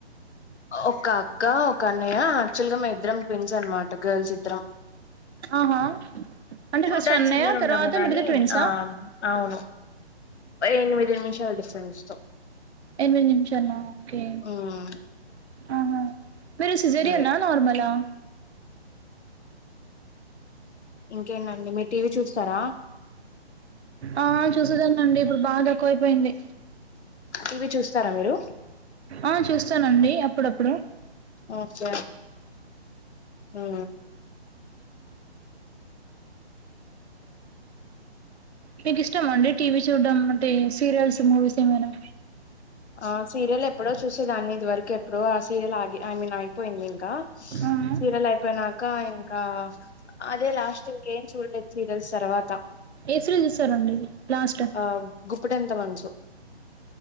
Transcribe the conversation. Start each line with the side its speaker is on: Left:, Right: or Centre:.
Left: ఒక అక్క ఒక అన్నయ్య ఆక్చువల్ గా మే ఇద్దరం పెంస్ అనమాట గర్ల్స్ ఇద్దరం
Right: ఆహా అంటే
Left: చూడ్డానికి
Right: ఫస్ట్ అన్నయ్య
Left: చిమ్లనే
Right: తర్వాత
Left: ఉండము గానీ
Right: మీరిద్దరు ట్విన్సా
Left: ఆ అవును ఎనిమిది నిమిషాల డిఫరెన్స్ త
Right: ఎమిది నిమిషల ఓకే
Left: ఉమ్
Right: ఆహా మీరు సజరియనా
Left: అదే
Right: నార్మలా
Left: ఇంకేంటండి మీ టీవీ చూస్తారా
Right: ఆ చూసదానండి ఇప్పుడు బాగా తక్కువైపోయింది
Left: టీవీ చూస్తారా మీరు
Right: ఆ చూస్తానండి అప్పుడప్పుడు
Left: ఓకే ఉ
Right: మీకు ఇష్టం అండి టీవీ చూడ్డం అంటే సీరియల్స్ మూవీస్ ఏమైనా
Left: ఆ సీరియల్ ఎప్పుడో చూసేదాన్ని ఇది వరకు ఎప్పుడో ఆ సీరియల్ ఆ ఐ మీన్ అయిపోయింది ఇంకా
Right: ఆ!
Left: సీరియల్ అయిపోయినాక ఇంకా అదే లాస్ట్ ఇకేం చూడలేదు సీరియల్స్ తర్వాత
Right: కేసరంజ చేస్తారండి <unintelligible> లాస్ట్
Left: ఆ గుప్పుడెంత మనసు